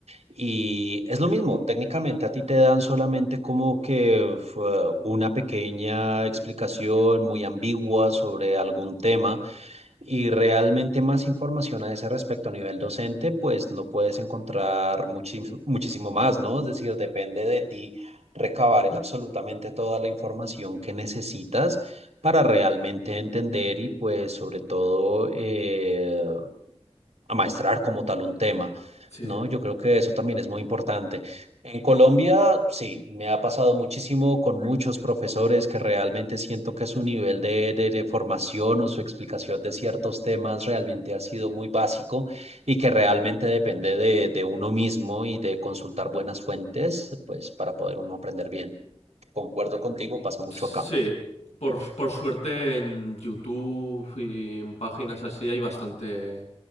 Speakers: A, on the right; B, on the left.
A: Y es lo mismo, técnicamente a ti te dan solamente como que fue una pequeña explicación muy ambigua sobre algún tema y realmente más información a ese respecto a nivel docente, pues no puedes encontrar muchis- muchísimo más, ¿no? Es decir, depende de ti recabar en absolutamente toda la información que necesitas para realmente entender y pues sobre todo eh, amaestrar como tal un tema,
B: Sí,
A: ¿no? Yo creo que eso también es muy importante. En Colombia, sí, me ha pasado muchísimo con muchos profesores que realmente siento que su nivel de, de, de formación o su explicación de ciertos temas realmente ha sido muy básico y que realmente depende de, de uno mismo y de consultar buenas fuentes, pues para poder uno aprender bien. Concuerdo contigo, pasa mucho
B: Sí,
A: acá.
B: por, por suerte en YouTube y en páginas así hay bastante